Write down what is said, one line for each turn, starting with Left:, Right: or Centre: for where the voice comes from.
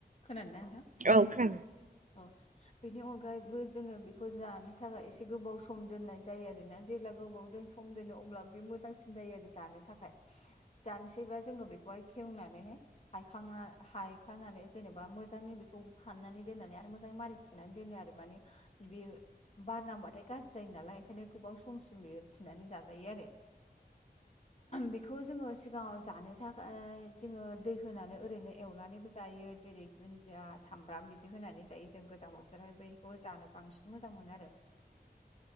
Left: खोनादों नथा
Right: औ खांा
Left: औ बेनि अनगायैबो जोङो बेखौ जानो थाखाय एसे गोबाव सम दोननाय जायो आरोोना जेब्ला गोबाव सम दोनो अब्ला बे मोजांसिन जायो आरो जानो थाखाय जानोसैबा जोङो बेखौहाय खेवनानैहाय हायखांना हायखांनानै जेनेबा मोजाङै बेखौ हाननानै दोननानै आरो मोजाङै मारिै फसिनानै दोनो आरो माने बेयो बारनांगबाथाय गाज्रि जायो नालाय ओंखायनो गोबाव समसिम बियो थिनानै जाजायो आरो बेखौ जोङो सिगाङाव जानो थाखाय जोङो दै होनानै ओरैनो एवनानैबो जायो जेरै दुन्दिया सामब्राम बिदि होनानै जायो जों गोजां बोथोरावहाय बखौ जानो बांसिन मोजां मोनो आरो
Right: <unintelligible>